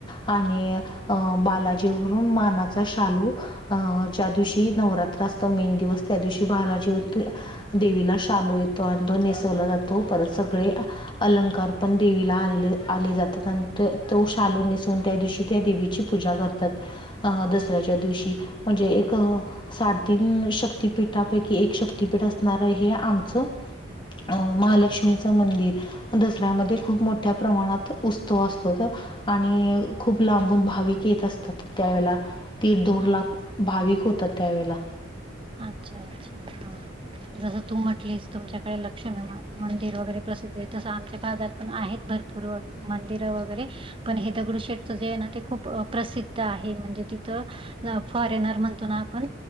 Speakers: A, on the left; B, on the right.
A: आणि अ बालाजीवरून मानाचा शालू अं ज्या दिवशी नवरात्र असत मेन दिवस त्या दिवशी बालाजी देवीला शालू येतो अन तो नेसवला जातो परत सगळे अलंकार पण देवीला आलेले, आले जातात अन तो शालू नेसून त्या दिवशी त्या देवी ची पूजा करतात दसऱ्याच्या दिवशी म्हणजे एक साडेतीन शक्तिपीठापैकी एक शक्तीपीठ असणार हे आमचं अ महालक्ष्मीचं मंदिर. दसऱ्यामध्ये खूप मोठ्या प्रमाणात उत्सव असतो त आणि खूप लांबून भाविक येत असतात त्यावेळेला. दीड, दोन
B: हा
A: लाख भाविक होतात त्यावेळेला.
B: अच्छा, अच्छा, हा. जसं तू म्हटलीस तुमच्याकडे लक्षणे मंदिर वगैरे प्रसिद्ध आहे तसं आमच्या भागात आहेत भरपूर व मंदिर वगैरे पण हे दगडू शेठच जे आहे न ते खूप प्रसिद्ध आहे म्हणजे तिथं लाफॉरेनर म्हणतो ना आपण